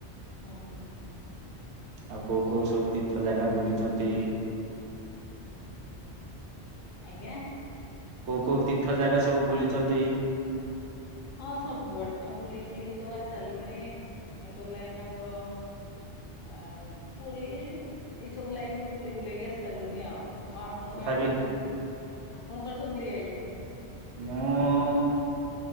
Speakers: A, on the left; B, on the right.
A: ହଁ - ହଁ।
B: ଆଉ କୋଉ କୋଉ ସବୁ ତୀର୍ଥ ଜାଗା ବୁଲିଛନ୍ତି?
A: ଆଜ୍ଞା।
B: କୋଉ କୋଉ ତୀର୍ଥ ଜାଗା ସବୁ ବୁଲିଛନ୍ତି?
A: ହଁ ସବୁଆଡେ ତ ଆମେ ବୁଲି ବୁଲିକି ସବୁ ଆସି ସାରିଲୁଣି। ଏକର ଲାଇନ ଆମର ଆ ପୁରୀ ଏଇ ସବୁ ଲାଇନ ସବୁ ବୁଲି ବୁଲାଇକି ଆସି ସାରିଲୁଣି ଆଉ। ଆଉ ଆପଣଙ୍କ
B: ତଥାପି
A: ଗାଁ ଆଡେ କେମିତି? ଆପଣଙ୍କର ସବୁ ବୁଲି ଯାଇଲେଣି?
B: ମୁଁ